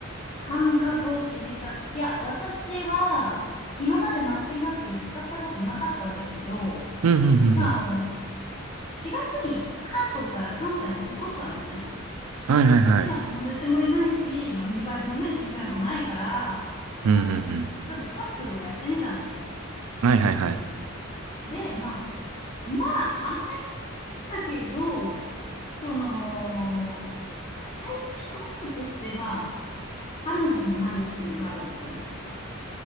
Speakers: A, on the left; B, on the right.
A: 感覚を知りたい。や、私は、今までマッチングアプリ使ったことなかったんですけど、
B: うんうんうんうん。
A: まあ、あの、4月に関東から関西に引っ越したんですね。
B: はいはいはい。
A: で、まあ、友達もいないし、まあ、身バレのね、心配もないから、
B: うんうんう
A: あの、ちょっとタップルをやってみたんですよ。
B: ん。はいはいはい。
A: で、まあ、まあ、当たりだけど、その、最終ゴールとして、まあ、彼女になるっていうのがあるわけじゃないですか。っ